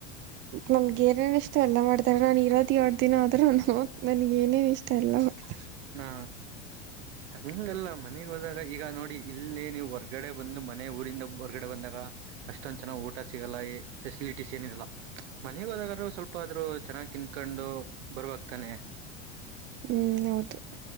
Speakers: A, on the right; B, on the right.
A: ನನ್ಗ ಏನೇ ಏನ್ ಇಷ್ಟ ಎಲ್ಲಾ ಮಾಡ್ತಾರೆ ನಾನ್ ಇರೋದ ಎರಡ್ ದಿನ ಆದ್ರೂ ನು ನನ್ಗ ನೇನ್ ಇಷ್ಟ ಎಲ್ಲಾ ಮಾಡ್ತ
B: ಹಾ ಹಂಗಲ್ಲ ಮನೆಗ್ ಹೋದಾಗ ಈಗ ನೋಡಿ ಇಲ್ಲೇ ನೀವು ಹೊರ್ಗಡೆ ಬಂದ ಮಧ್ಯೆ ಮನೆ ಊರಿಂದ ಹೊರ್ಗಡೆ ಬಂದಾಗ ಅಷ್ಟೊಂದ್ ಚೆನಾಗ್ ಊಟ ಸಿಗಲ್ಲ ಫೆಸಿಲಿಟೀಸ್ ಏನಿರಲ್ಲ ಮನೆಗೆ ಹೋದಾಗೂ ಸ್ವಲ್ಪ ಆದ್ರರು ಚೆನ್ನಾಗ್ ತಿನ್ಕೊಂಡು ಬರುವವಾಗ್ತಾನೆ
A: ಹ್ಮ್ ಹೌದು